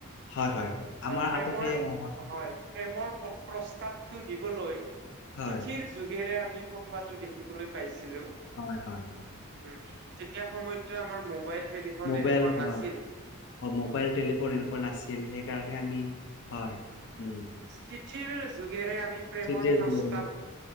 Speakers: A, on the left (about 55°); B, on the right (about 50°).
A: হয়, হয়। আমাৰ
B: প্ৰেমৰ
A: আগতে অ
B: হয়। প্ৰেমৰ প্ৰস্তাৱটো দিবলৈ
A: হয়,
B: চিঠিৰ যুোগেৰে আমি ফঠোৱাটো দেখিবলৈ পাইছিলো।
A: হয়- হয় -হয়।
B: উম, তেতিয়া সময়ততো আমাৰ মোবাইল টেলিফোন
A: মোবাইল
B: এনেকুৱা
A: হয়,
B: নাছিল।
A: মোবাইল টেলিফোন এনেকুৱা নাছিল। সেইকাৰণে আমি হয় উম,
B: স্থিতিৰ যুগেৰে আমি প্ৰেমৰ
A: চিঠিৰে
B: প্ৰস্তাৱ
A: যোগেৰে